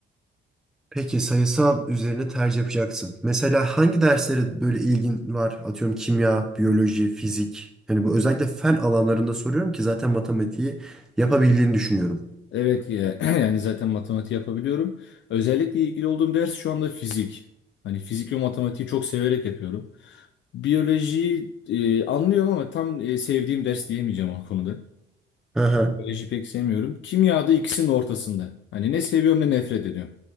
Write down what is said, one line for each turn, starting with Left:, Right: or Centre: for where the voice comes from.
Centre: Peki sayısal üzerine tercih yapacaksın. Mesela hangi derslere böyle ilgin var? Atıyorum kimya, biyoloji, fizik. Hani bu özellikle fen alanlarında soruyorum ki zaten matematiği yapabildiğini düşünüyorum.
Left: Evet e, <clears throat> yani zaten matematik yapabiliyorum. Özellikle ilgili olduğum ders şu anda fizik. Hani fizik ve matematiği çok severek yapıyorum. Biyolojiyi e, anlıyorum ama tam e, sevdiğim ders diyemeyeceğim o konuda.
Centre: Aha.
Left: Biyoloji pek sevmiyorum. Kimyada ikisinin ortasında. Hani ne seviyorum ne nefret ediyorum.